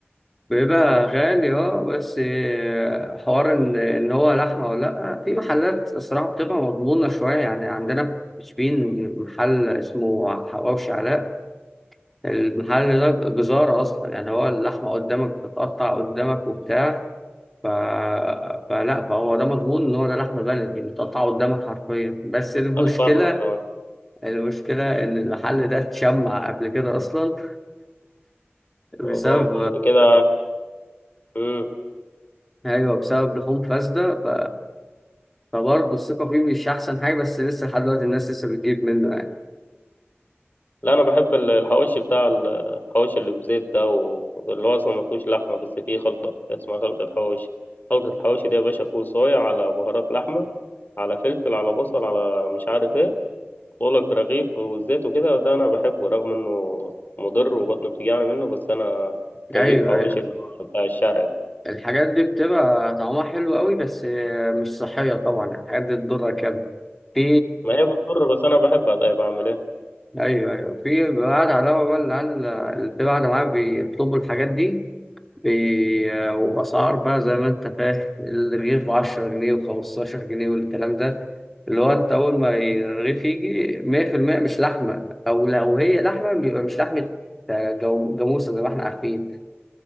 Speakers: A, in the centre; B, on the left.
A: بيبقى غالي أه بس آه، حوار إن إن هو لحمة ولا لأ في محلات الصراحة بتبقى مضمونة شوية يعني عندنا في شبين محل اسمه حواوشي علاء المحل ده جزارة أصلا يعني هو اللحمة قدامك بتتقطع قدامك وبتاع ف... فلا فهو ده مضمون ان هو ده لحم بلدي متقطع قدامك حرفيا بس المشكله
B: انا فاهمك طبعا
A: المشكلة إن المحل ده اتشمع قبل كده أصلا <laughs>
B: اه،
A: بسبب
B: ده كده مم.
A: أيوه بسبب لحوم فاسدة ف... فبرضه الثقة فيه مش أحسن حاجة بس لسه لحد دلوقتي الناس لسه بتجيب منه يعني
B: لا انا بحب ال- الحواوشي بتاع ال- الحواوشي اللي بزيت ده و- واللي هو اصلا ما فيهوش لحمه بس فيه خلطه اسمها خلطه حواوشي خلطه الحواوشي دي يا باشا فول صويا على بهارات لحمه على فلفل على بصل على مش عارف ايه بقول لك رغيف والزيت وكده ده انا بحبه رغم انه مضر وبطني بتوجعني منه بس انا كيف
A: أيوه
B: حواوشي
A: أيوه
B: اللي هو بتاع الشارع ده.
A: الحاجات دي بتبقى طعمها حلو قوي بس مش صحية طبعا الحاجات دي تضرك يعني في
B: ما هي بتضر بس انا بحبها طيب اعمل ايه
A: أيوه أيوه في بعد على بقى العيال اللي قاعدة معايا بيطلبوا الحاجات دي ب- وبأسعار بقى زي ما أنت فاهم الرغيف بعشرة جنيه وخمستاشر جنيه والكلام ده اللي هو أنت أول ما الرغيف يجي مية في المية مش لحمة أو لو هي لحمة بيبقى مش لحمة جو- جاموسة زي ما إحنا عارفين